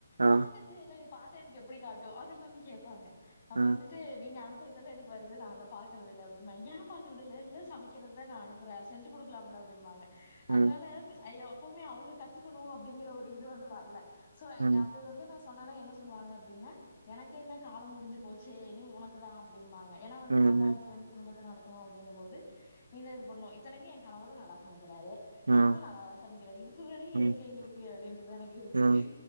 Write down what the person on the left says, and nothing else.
பாகறதேல்ல இப் பாத்த எனக்கு எப்டி காட்டு அது எல்லாமே கேட்பாங்க அப்ப
வந்துட்டு நீங்க அனுப் அனுப்புறது எல்லா எனக்கு வருது நா அத பா அப்ப ஏ பாக்குறதுல்ல சமைக்கிறதுதா நா அனுப்புற செஞ்சு கொடுலாம்ல அப்டிபாங்க அதனால
ஐய்யோ எப்பவுமே அவங்க கத்துக்கணு அப்டிங்கிற ஒரு இது வந்து வரல சோ
அப்டி வந்து நா சொ சொன்னனா என்ன சொல்லுவாங்க அப்டின்னா எனக்கு என்ன கால முடிஞ்சு போச்சு இனி உனக்குதா அப்படிம்பாங் ஏன்னா வந்து
நாந்தா அடுத் குடும்பத்த நடத்தணு அப்படிங்கு போது நீங்கதா இது பண்ணணு இத்தனைக்கு ஏ கணவரு நல்லா சமைப் றாரு
நானு நல்லாதா சமைக்கிறே இதுக்கு மேல
எதுக்கு எங்களுக்கு அப்டின்ட்டுதா எனக்கு இருக்கு